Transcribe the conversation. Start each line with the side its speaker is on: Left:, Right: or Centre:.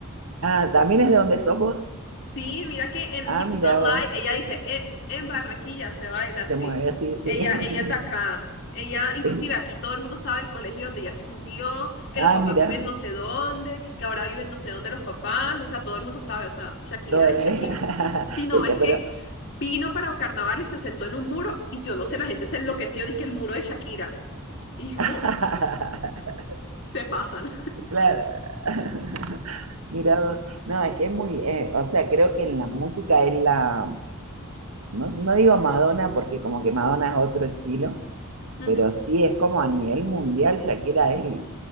Right: Ah, también es de donde somos.
Left: Sí, mira que en
Right: Ah,
Left: Hips
Right: mira,
Left: Don't
Right: vos,
Left: Lie, ella dice, en, en Barranquilla se baila así.
Right: se mueve así, sí.
Left: Ella, ella es de acá.
Right: <laughs>
Left: Ella, inclusive
Right: Eh,
Left: aquí todo el mundo sabe el colegio donde ella estudió, que
Right: Ah,
Left: los papás
Right: mira,
Left: viven no sé dónde, que ahora viven no sé dónde los papás, o sea, todo el mundo sabe, o sea, Shakira
Right: toda
Left: es
Right: <laughs>
Left: Shakira.
Right: ella,
Left: Si no,
Right: ella,
Left: es que
Right: pero
Left: vino para carnavales, se sentó en un muro y yo no sé, la gente se enloqueció, dice que el muro de Shakira. Y es como,
Right: <laughs>
Left: se pasan.
Right: claro. <laughs> Mira, vos. no, es que es muy, eh, o sea, creo que en la música es la no, no digo Madonna porque como que Madonna es otro estilo,
Left: <laughs> Ujú.
Right: pero sí es como a nivel mundial, Shakira es,